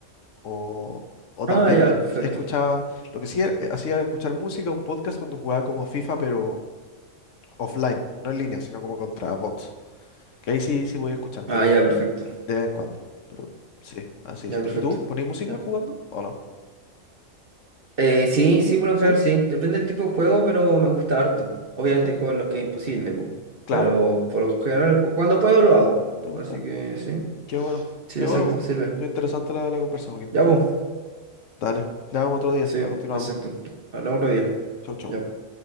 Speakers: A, on the left; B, on the right.
A: o, o
B: Ah,
A: tal vez
B: ya,
A: pues, escuch-
B: perfecto.
A: escuchaba, lo que sí era- eh, hacía era escuchar música, un podcast cuando jugaba como FIFA, pero offline, no en línea, sino como contra bots. Que ahí sí, sí voy a escuchar,
B: Ah,
A: pero
B: ya, perfecto.
A: de vez en cuando. Pero sí, así
B: Ya,
A: sería.
B: perfecto.
A: ¿Y tú ponés música
B: Ya.
A: jugando o no?
B: Eh, sí, sí, por lo
A: ¿Sí?
B: general sí. Depende del tipo de juego, pero me gusta harto. Obviamente
A: ¿Te gusta?
B: hay juegos en los que es imposible, po.
A: Claro,
B: Pero
A: po.
B: por lo general, cu- cuando puedo lo hago.
A: ¿Te gusta?
B: Así que sí.
A: Qué bueno,
B: Sí,
A: qué
B: exacto,
A: bueno.
B: sirve.
A: po. Estuvo interesante la, la conversa, Joaquín.
B: Ya, pues.
A: Dale, le damos otro día,
B: Sí,
A: la continuamos.
B: exacto. Hablamos otro día.
A: Chau, chau.
B: Ya.